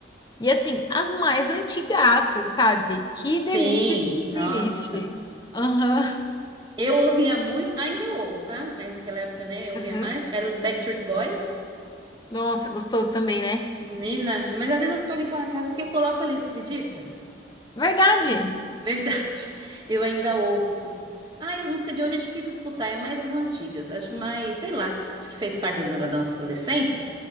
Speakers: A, on the left; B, on the right.
A: E assim, as mais antigaças, sabe? Que
B: sim,
A: delícia de
B: nossa.
A: playlist. Aham,
B: Eu ouvia muito, ainda eu ouço, sabe? Mas naquela época, né, eu ouvia
A: aham.
B: mais. Era os Backstreet Boys.
A: Nossa, gostoso também, né?
B: Menina, mas às vezes eu tô limpando a casa que eu coloco ali, você acredita?
A: Verdade.
B: Verdade. <laughs> Eu ainda ouço. Ai, as músicas de hoje é difícil escutar, é mais as antigas. Acho mais, sei lá, acho que fez parte da, da nossa adolescência.